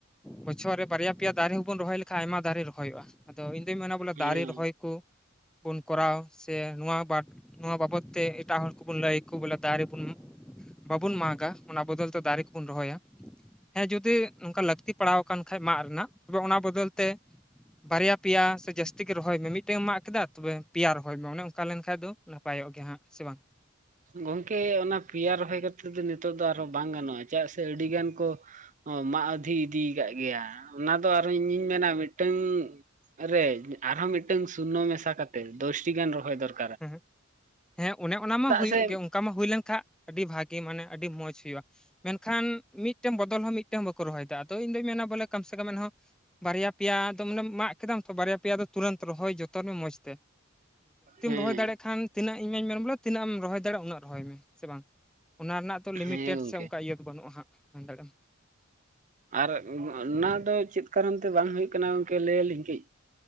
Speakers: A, in the centre; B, on the right.
A: ᱵᱚᱪᱷᱚᱨ ᱨᱮ ᱵᱟᱨᱭᱟ ᱯᱮᱭᱟ ᱫᱟᱨᱮ ᱦᱚᱸᱵᱚᱱ ᱨᱚᱦᱚᱭ ᱞᱮᱠᱷ ᱠᱷᱟ ᱟᱭᱢᱟ ᱫᱟᱨᱮ ᱨᱚᱦᱚᱭᱚᱜᱼᱟ, ᱟᱫᱚ ᱤᱧ ᱫᱩᱧ ᱢᱮᱱᱟ ᱵᱚᱞᱮ
B: ᱦᱮᱸ
A: ᱫᱟᱨᱮ ᱨᱚᱦᱚᱭ ᱠᱚ ᱵᱚᱱ ᱠᱚᱨᱟᱣ ᱥᱮ ᱱᱚᱣᱟ ᱵᱟᱴ ᱱᱚᱣᱟ ᱵᱟᱵᱚᱫ ᱛᱮ ᱮᱴᱟᱜ ᱦᱚᱲ ᱠᱚᱵᱚᱱ ᱞᱟᱹᱭᱟᱚ ᱵᱚᱞᱮ ᱫᱟᱨᱮ ᱵᱚᱱ ᱵᱟᱵᱚᱱ ᱢᱟᱜᱟ ᱚᱱᱟ ᱵᱚᱫᱚᱞ ᱛᱮ ᱫᱟᱨᱮ ᱠᱚᱵᱚᱱ ᱨᱚᱦᱚᱭᱟ᱾ ᱦᱮᱸ ᱡᱩᱫᱤ ᱱᱚᱝᱠᱟ ᱞᱟᱹᱠᱛᱤ ᱯᱟᱲᱟᱣ ᱟᱠᱟᱱ ᱠᱷᱟᱡ ᱢᱟᱜ ᱨᱮᱱᱟᱜ ᱛᱚᱵᱮ ᱚᱱᱟ ᱵᱚᱫᱚᱞ ᱛᱮ ᱵᱟᱨᱭᱟ ᱯᱮᱭᱟ ᱥᱮ ᱡᱟᱹᱥᱛᱤ ᱜᱮ ᱨᱚᱦᱚᱭ ᱢᱮ ᱢᱤᱫ ᱴᱟᱹᱝ ᱮᱢ ᱢᱟᱜ ᱠᱮᱫᱟ ᱛᱚᱵᱮ ᱯᱮᱭᱟ ᱨᱚᱦᱚᱭ ᱢᱮ ᱚᱱᱮ ᱚᱱᱠᱟ ᱞᱮᱱ ᱠᱷᱟᱡ ᱫᱚ ᱱᱟᱯᱟᱭᱚᱜ ᱜᱮᱭᱟ ᱦᱟᱸᱜ, ᱥᱮ ᱵᱟᱝ?
B: ᱜᱚᱝᱠᱮ ᱚᱱᱟ ᱯᱮᱭᱟ ᱨᱚᱦᱚᱭ ᱠᱟᱛᱮ ᱫᱚ ᱱᱤᱛᱚᱜ ᱫᱚ ᱟᱨᱦᱚᱸ ᱵᱟᱝ ᱜᱟᱱᱚᱜᱼᱟ, ᱪᱮᱫᱟᱜ ᱥᱮ ᱟᱹᱰᱤ ᱜᱟᱱ ᱠᱚ ᱠᱚ ᱢᱟᱜ ᱟᱫᱷᱤ ᱤᱫᱤ ᱟᱠᱟᱜ ᱜᱮᱭᱟ ᱚᱱᱟ ᱫᱚ ᱟᱨᱦᱚᱸ ᱤᱧᱤᱧ ᱢᱮᱱᱟ ᱢᱤᱫ ᱴᱟᱹᱝ ᱨᱮ ᱟᱨᱦᱚᱸ ᱢᱤᱫᱴᱟᱝ ᱥᱩᱱᱱᱚ ᱢᱮᱥᱟ ᱠᱟᱛᱮ ᱫᱚᱥᱴᱤ ᱜᱟᱱ ᱨᱚᱦᱚᱭ ᱫᱚᱨ
A: ᱩᱸᱦᱩᱜ ᱦᱮᱸ ᱚᱱᱮ ᱚᱱᱟ ᱢᱟ ᱦᱩᱭᱩᱜ
B: ᱥᱮ
A: ᱜᱮ ᱚᱱᱠᱟ ᱢᱟ ᱦᱩᱭ ᱞᱮᱱᱠᱷᱟᱜ ᱟᱹᱰᱤ ᱵᱷᱟᱜᱮ ᱢᱟᱱᱮ ᱟᱹᱰᱤ ᱢᱚᱸᱡᱽ ᱦᱩᱭᱩᱜᱼᱟ᱾ ᱢᱮᱱᱠᱷᱟᱱ ᱢᱤᱫ ᱴᱟᱝ ᱵᱚᱫᱚᱞ ᱦᱚᱸ ᱢᱤᱫ ᱴᱟᱝ ᱦᱚᱸ ᱵᱟᱠᱚ ᱨᱚᱦᱚᱭ ᱫᱟ, ᱟᱫᱚ ᱤᱧᱫᱚᱩᱧ ᱢᱮᱱᱟ ᱵᱚᱞᱮ ᱠᱚᱢ ᱥᱮ ᱠᱚᱢ ᱮᱱᱦᱚᱸ ᱵᱟᱨᱭᱟ ᱯᱮᱭᱟ ᱫᱚ ᱢᱟᱱᱮ ᱢᱟᱜ ᱠᱮᱫᱟᱢ ᱛᱚ ᱵᱟᱨᱭᱟ ᱯᱮᱭᱟ ᱫᱚ ᱛᱩᱨᱟᱹᱱᱛ ᱨᱚᱦᱚᱭ ᱡᱚᱛᱚᱱ ᱢᱮ ᱢᱚᱡᱽ ᱛᱮ᱾ᱟᱨ
B: ᱦᱮᱸ
A: ᱨᱚᱦᱚᱭ ᱫᱟᱲᱭᱟᱜ ᱠᱷᱟᱱ ᱛᱤᱱᱟᱹᱜ ᱤᱧ ᱢᱟᱹᱧ ᱢᱮᱱ ᱵᱚᱞᱮ ᱛᱤᱱᱟᱹᱜ ᱮᱢ ᱨᱚᱦᱚᱭ ᱫᱟᱲᱮᱭᱟᱜᱼᱟ, ᱩᱱᱟᱹᱜ ᱨᱚᱭ ᱢᱮ ᱥᱮ ᱵᱟᱝ ᱚᱱᱟ ᱨᱮᱱᱟᱜ ᱛᱚ ᱞᱤᱢᱤᱴᱮᱰ
B: ᱦᱮᱸ ᱜᱚᱝᱠᱮ
A: ᱥᱮ ᱚᱱᱠᱟ ᱤᱭᱟᱹ ᱫᱚ ᱵᱟᱹᱱᱩᱜᱼᱟ ᱦᱟᱸᱜ ᱢᱮᱱ ᱫᱟᱲᱮᱢ
B: ᱟᱨ ᱚᱱᱟ ᱫᱚ ᱪᱮᱫ ᱠᱟᱨᱚᱱ ᱛᱮ ᱵᱟᱝ ᱦᱩᱭᱩᱜ ᱠᱟᱱᱟ ᱜᱚᱝᱠᱮ ᱞᱟᱹᱭ ᱟᱞᱤᱧ ᱠᱟᱹᱡ?